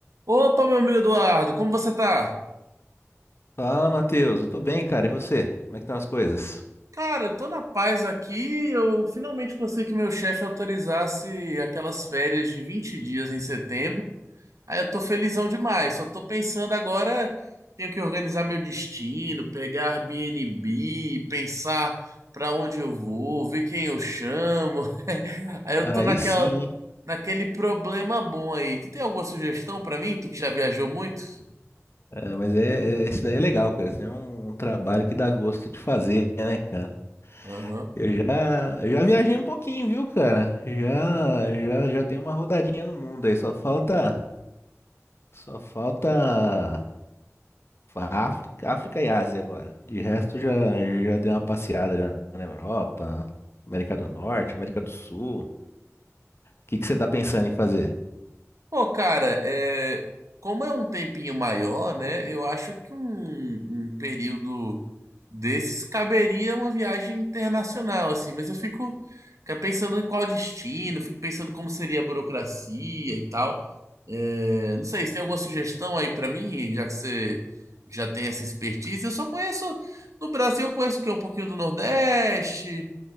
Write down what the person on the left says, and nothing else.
Fala, Matheus. Eu tô bem, cara. E você? Como é que estão as coisas?
Aí
sim, hein?
É, mas é, é- esse daí é legal, cara. Esse daí é um, um trabalho que dá gosto de fazer, né, cara?
Eu já, eu já viajei um pouquinho, viu, cara? Já, já, já dei uma rodadinha no mundo aí. Só falta, só falta África, África e Ásia agora. De resto, já, já dei uma passeada já na Europa, América do Norte, América do Sul. O que que você tá pensando em fazer?